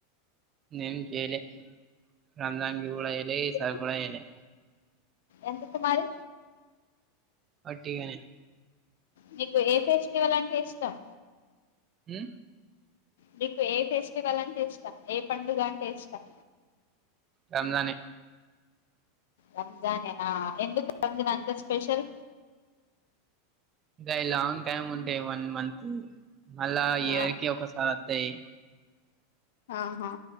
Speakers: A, on the right (about 35°); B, on the left (about 75°).
A: ఏం చేయలే రంజాన్ కూడాడ చేయలే
B: ఎందుకు
A: ఈసరి కూడ చేయలే
B: ఎందుకు మారి
A: పట్టి గనే
B: నీకు ఏ ఫెస్టివల్ అంటే ఇష్టం
A: హ్మ్
B: నీకు ఏ ఫెస్టివల్ అంటే ఇష్టం. ఏ పండుగ అంటే ఇష్టం.
A: రంజాని
B: రంజానేనా ఎందుకు రంజాన్ అంత స్పెషల్
A: ఇంకా లాంగ్ టైమ్ ఉంటాయి వన్ మంత్ మళ్ళా ఇయర్
B: ఆ
A: కి ఒకసారి వత్తాయి
B: ఆహా